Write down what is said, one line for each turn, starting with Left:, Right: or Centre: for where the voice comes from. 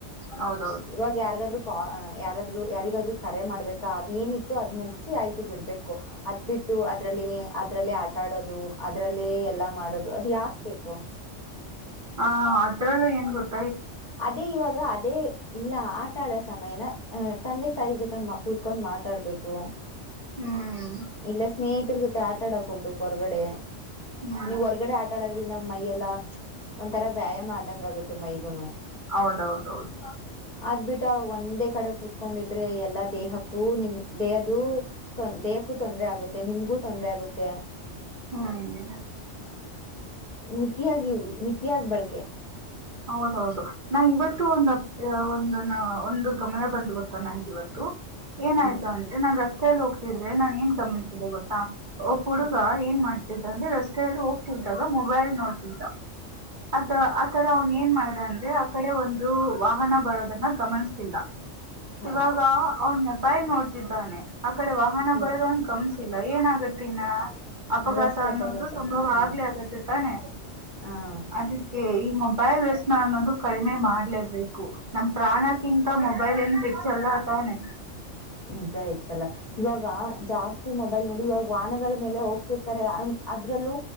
Right: ಹೌದೌದು
Left: ಇವಾಗ ಯಾರಿಗಾದರು ಕಾಲ್ ಹಾ ಯಾರಾದ್ರು ಯಾರಿಗಾದರೂ ಕರೆ ಮಾಡ್ಬೇಕಾ ಅದ ಏನಿತ್ತು ಅದ್ ಮುಗಸಿ ಆಯ್ತು ಬಿಡ್ಬೇಕು ಅದ್ ಬಿಟ್ಟು ಅದ್ರಲ್ಲಿ ಅದ್ರಲ್ಲೇ ಆಟ ಆಡೋದು ಅದ್ರಲ್ಲೇ ಎಲ್ಲ ಮಾಡೋದು ಅದ ಯಾಕ್ಬೇಕು
Right: ಹ ಅದ್ರಲ್ಲೂ ಏನ್ ಗೊತ್ತ
Left: ಅದೇ ಇವಾಗ ಅದೇ ಇಲ್ಲ ಹಾ ಮಾತಾಡ ಸಮಯನ ಹ ತಂದೆ ತಾಯಿ ಜೊತೆ ಕೂತ್ಕೊಂಡ್ ಮಾತಾಡ್ಬೇಕು
Right: ಹ್ಮ್
Left: ಇಲ್ಲ ಸ್ನೇಹಿತರ ಜೊತೆ ಆಟಾಡಕ್ ಹೋಗ್ಬೇಕು ಹೊರ್ಗಡೆ
Right: ಹ್ಮ್
Left: ನೀವು್ ಹೊರ್ಗಡೆ ಆಟಾಡೋದ್ರಿಂದ ಮೈಯೆಲ್ಲಾ ಒಂಂತರಾ ವ್ಯಾಯಾಮ ಆದಂಗ ಆಗುತ್ತೆ ಮೈಗುನು
Right: ಹೌದೌದೌದು
Left: ಅದ್ ಬಿಿಟ್ಟ ಒಂದೇ ಕಡೆ ಕುತ್ಕೊಂಡಿದ್ರೆ ಎಲ್ಲಾ ದೇಹಕ್ಕೂ ನಿಮ್ ದೇಹದ ದೇಹ ತೊಂದ್ರರೆ ಆಗುತ್ತೆ ನಿಮ್ಗೂ ತೊಂದ್ರರೆ ಆಗುತ್ತೆ
Right: ಹಾ <unintelligible>
Left: ಮಿತಿಯಾಗಿ ಮಿತಿಯಾಗ ಬಳಕೆ
Right: ಹೌದೌದು ನಾ ಇವತ್ತು ಒಂದು ಒಂದ ನ ಒಂದು ಗಮನ ಬಂದ್ ಗೊತ್ತಾ ನಂಗೆ ಇವತ್ತು ಏನಾಯ್ತು
Left: ಹ್ಮ್
Right: ಅಂದ್ರೆ ನಾನ್ ರಸ್ತೆಯಲ್ಲಿ ಹೋಗ್ತಿದ್ರೆ ನಾನ್ ಏನ್ ಗಮಿಸಿದೆೆ ಗೊತ್ತಾ ಒಬ್ಬ ಹುಡುಗ
Left: ಹ್ಮ್
Right: ಏನ್ ಮಾಡ್ತ ಅಂದ್ರೆ ರಸ್ತೆಯಲ್ಲಿ ಹೋಗ್ತಿದ್ದಾಗ ಮೊಬೈಲ್ ನೋಡ್ತಿದ್ದ ಅದ ಆತ್ರಾ ಅವ್ನ್ ಏನ್ ಮಾಡ್ದ ಅಂದ್ರೆ ಆ ಕಡೆ ಒಂದು ವಾಹನ ಬರೋದನ್ನ ಗಮನ್ತಿಲ್ಲ
Left: ಹಾ
Right: ಇವಾಗ ಅವ ಮೊಬೈಲ್ ನೋಡ್ತಿದ್ದಾನೆ ಆ ಕಡೆ ವಾಹನ
Left: ಹ್ಮ್
Right: ಬರೋದ ಒಂದ ಗಮ್ ಇಲ್ಲ ಏನಾಗತ್ತಿನ <unintelligible> ಅಪಘಾತ
Left: ರಸ್ತೆ
Right: ಅನ್ನೋದು
Left: ಅಪಘಾತ
Right: ಸಂಭವ
Left: ಹ್ಮ್
Right: ಆಗ್ಲಿ ಆಗತ್ತೆ ತಾನೆ.
Left: ಹಾ
Right: ಅದಕ್ಕೆ ಈ ಮಮ್ಮ- ಮೊಬೈಲ್ ವ್ಯಸನ ಅನ್ನೋದು ಕಡಿಮೆ ಮಾಡ್ಲೇಬೇಕು. ನಮ್ ಪ್ರಾಣಕ್ಕಿಂತ ಮೊಬೈಲ್ ಏನು ಹೆಚ್ಚಲ್ಲ. ಹ <inaudible>
Left: ನಿಜ ಹೆಚ್ಚಲ್ಲ ಇವಾಗ ಜಾಸ್ತಿ ಮೊಬೈಲ್ ನೋಡಿ ಇವಾಗ ವಾಹನಗಳ ಮೇಲೆ ಹೋಗ್ತಿರ್ತಾರೆ. ಅದ್ರಲ್ಲೂ